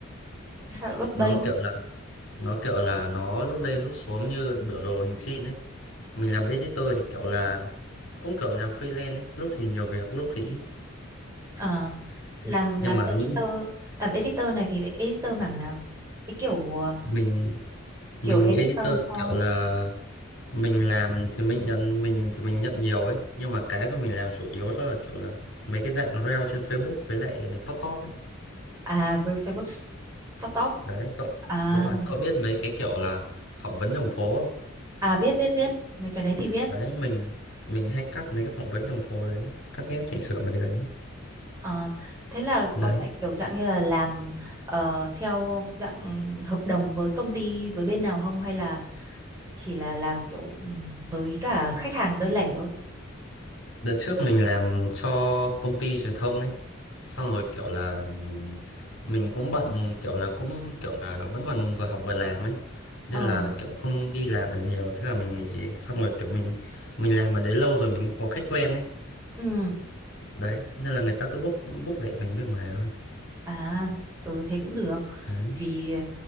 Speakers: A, on the right (about 15°); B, on the left (about 70°).
A: Chứ sao lại bấp bênh
B: Nó kiểu là nó kiểu là nó lúc lên lúc xuống như biểu đồ hình sin ấy mình làm editor thì kiểu là cũng kiểu làm freelance ấy lúc thì nhiều việc lúc thì ít
A: Ờ,
B: đấy
A: làm
B: nhưng
A: làm
B: mà
A: editor
B: những
A: làm editor này thì lại editor mảng nào cái kiểu ờ,
B: mình
A: kiểu
B: mình
A: editor
B: editor thì
A: cho
B: kiểu là mình làm thì mình nhận mình thì mình nhận nhiều ấy nhưng mà cái mà mình làm chủ yếu đó là kiểu là mấy cái dạng reel trên Facebook với lại top top ấy
A: À, real Facebook Top
B: đấy cậu
A: À,
B: đúng rồi cậu biết mấy cái kiểu là phỏng vấn đường phố không?
A: à biết biết biết mấy cái đấy thì biết.
B: đấy mình mình hay cắt mấy cái phỏng vấn đường phố đấy cắt ghép chỉnh sửa mấy cái đấy
A: Ờ, thế là
B: đấy
A: có phải kiểu dạng như là làm ờ, theo dạng hợp đồng với công ty với bên nào không hay là chỉ là làm kiểu ừ, với cả khách hàng đơn lẻ thôi?
B: Đợt trước mình làm cho công ty truyền thông ấy Xong rồi kiểu là ừm, Mình cũng bận kiểu là cũng kiểu là vẫn còn vừa học vừa làm ấy Nên
A: Ờ,
B: là kiểu không đi làm được nhiều Thế là mình nghỉ Xong rồi kiểu mình Mình làm ở đấy lâu rồi mình cũng có khách quen ấy
A: ừ,
B: Đấy nên là người ta cứ book book lẹ mình bên ngoài thôi
A: à, ừ thế cũng được.
B: Đấy.
A: Vì